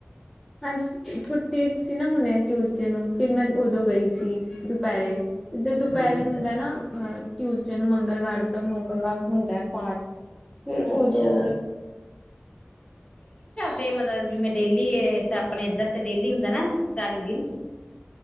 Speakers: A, in the centre; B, on the left.
A: ਹਾਂਜੀ ਛੁੱਟੀ ਸੀ ਨਾ ਹੁਣੇ ਟਿਊਸਡੇ ਨੂੰ ਫਿਰ ਮੈਂ ਉਦੋਂ ਗਈ ਸੀ ਦੁਪਹਿ ਜਦੋਂ
B: ਹੋ
A: ਦੁਪਹਿਰੇ
B: ਅੱਛਾ
A: ਹੁੰਦਾ ਨਾ ਟਿਊਸਡੇ ਨੂੰ ਮੰਗਲਵਾਰ ਦੇ ਮੰਗਲਵਾਰ ਹੁੰਦਾ ਪਾਠ ਫਿਰ
B: ਅੱਛਾ
A: ਉਦੋਂ
B: ਤੇ ਮਤਲਬ ਜਿਵੇਂ ਡੇਲੀ ਆਪਣੇ ਇੱਧਰ ਤੇ ਡੇਲੀ ਹੁੰਦਾ ਨਾ ਚਾਲੀ ਦਿਨ